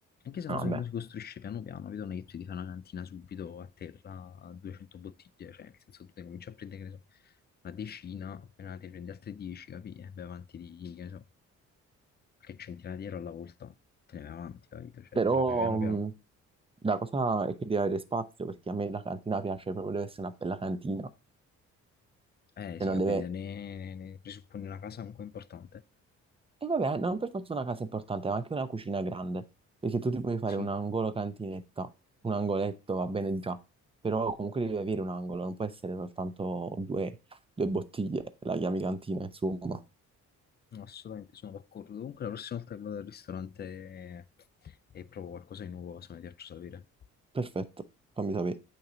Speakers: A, on the left (about 35°); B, on the right (about 20°).
A: Anche se è
B: No,
A: una
B: Vabbè,
A: cosa che non si costruisce piano piano, capito? non è che tu ti fai una cantina subito a terra a 200 bottiglie, cioè nel senso tu te ne cominci a prendere, che ne so, una decina, appena te ne prendi altre 10, capi? E vai avanti di, che ne so, qualche centinaia di euro alla volta, te ne vai avanti, capito? Cioè
B: però
A: te la fai piano
B: mh,
A: piano.
B: la cosa è che deve avere spazio perché a me la cantina piace proprio, deve essere una bella cantina,
A: Eh sì,
B: e non
A: vabbè,
B: deve
A: ne, ne- ne presuppone una casa un po' importante.
B: E vabbè, non per forza una casa importante, ma anche una cucina grande, perché tu ti puoi fare
A: Sì,
B: un angolo cantinetta, un angoletto va bene già, però comunque devi avere un angolo, non può essere soltanto due, due bottiglie, la chiami cantina, insomma.
A: No, Assolutamente sono d'accordo. Comunque la prossima volta che vado al ristorante e, e provo qualcosa di nuovo, se mi piaccio sapere.
B: Perfetto, fammi sapere.